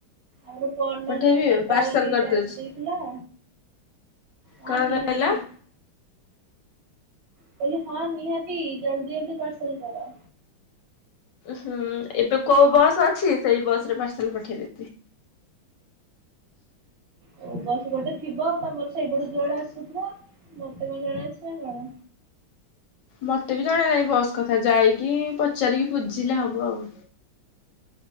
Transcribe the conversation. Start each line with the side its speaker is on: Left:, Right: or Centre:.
Right: ଆମର ପଅରଦିନ
Left: ପଠେଇବି
Right: ଯାହା ଚାରିଟା
Left: ପାର୍ସଲ
Right: ବେଳେ ଟିକେ
Left: କରିଦଉଛି।
Right: କାଚି ଦେଇଥିଲା। ହଁ
Left: କଣ
Right: ନିହାତି।
Left: କହିଲ
Right: କହଲି ହଁ ନିହାତି ଜଲଦି ଜଲଦି ପାର୍ସଲ କର।
Left: ହୁଁ ଏବେ କୋଉ ବସ୍ ଅଛି ସେଇ ବସରେ ପାର୍ସଲ ପଠେଇଦେଇଥିବି।
Right: ଓ ବସ ଜଉଟା ଥିବ ଆଉ ତମର ସେଇପଟୁ ଯଉଡ଼ା ଆସୁଥିବ ମତେ କଣ ଜଣା ଅଛି ନା କଣ?
Left: ମତେ ବି ଜଣା ନାହିଁ ବସ୍ କଥା ଯାଇକି ପଚାରିକି ବୁଝିଲେ ହବ ଆଉ।